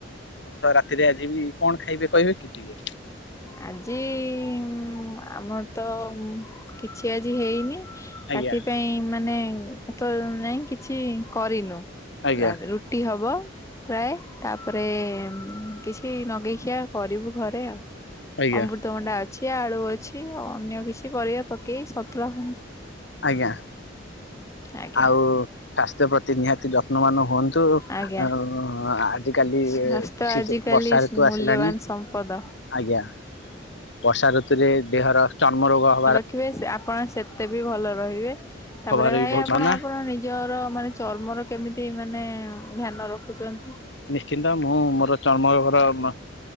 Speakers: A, on the left (about 65°); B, on the left (about 15°).
A: ତ ରାତିରେ ଆଜି ବି କଣ ଖାଇବେ କହିବେ କି ଟିକେ?
B: ଆଜି ଉଁ ଆମର୍ ତ କିଛି ଆଜି ହେଇନି।
A: ଆଜ୍ଞା
B: ରାତି ପାଇଁ ମାନେ ଏତ ନାଇଁ କିଛି କରିନୁ
A: ଆଜ୍ଞା
B: ରା ରୁ ଟି ହବ। ପ୍ରାଏ ତାପରେ କିଛି ନଗେଇଖିଆ କରିବୁ ଘରେ ଆଉ।
A: ଆଜ୍ଞା।
B: ଅମୃତଭଣ୍ଡା ଅଛି ଆଳୁ ଅଛି ଅନ୍ୟ କିଛି ପରିବା ପକେଇ ସତୁଳା
A: ଆଜ୍ଞା
B: ଆଜ୍ଞା
A: ଆଉ ସ୍ୱାସ୍ଥ୍ୟ ପ୍ରତି ନିହାତି ଯତ୍ନବାନ ହୁଅ ତୁ
B: ଆଜ୍ଞା
A: ଆଉ ଆଜିିକାଲି
B: ସ୍ୱାସ୍ଥ୍ୟ
A: ଶି
B: ଆଜିକାଲି
A: ଶି ବର୍ଷା ଋତୁ
B: ମୂଲ୍ୟବାନ
A: ଆସିଲାଣି।
B: ସମ୍ପଦ।
A: ଆଜ୍ଞା ବର୍ଷା ଋତୁରେ ଦେହର ଚର୍ମ ରୋଗ ହବାର
B: ଦେଖିବେ ଆପଣ ସେତେ ବି ଭଲ ରହିବେ ତାପରେ
A: ହବାର
B: ଭାଇ
A: ବି ବହୁତ
B: ଆପଣ
A: ମନା
B: ଆପଣ ନି ଜର ମାନେ ଚର୍ମର କେମିତି ମାନେ ଧ୍ୟାନ ରଖୁଚନ୍ତି?
A: ନିଶ୍ଚିନ୍ତ ମୁଁ ମୋର ଚର୍ମ ରୋଗର ମ